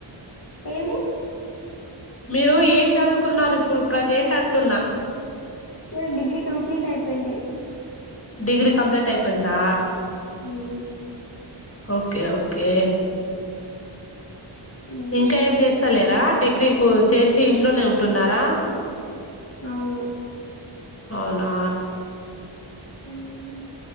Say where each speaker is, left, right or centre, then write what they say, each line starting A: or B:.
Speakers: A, on the left; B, on the left.
A: ఏంటి
B: మీరు ఏం చదువుకున్నారు ఇప్పుడు ప్రజెంట్ అంటున్న
A: నాది డిగ్రీ కంప్లీట్ అయిపోయింంది
B: డిగ్రీ కంప్లీట్ అయిపోయిందా
A: హ్మ్
B: ఓకే ఓకే
A: ఉమ్
B: ఇంకా ఏం చేస్త లేరా డిగ్రీ కు చేసి ఇంట్లోనే ఉంటున్నారా
A: అవును
B: అవునా
A: అవునే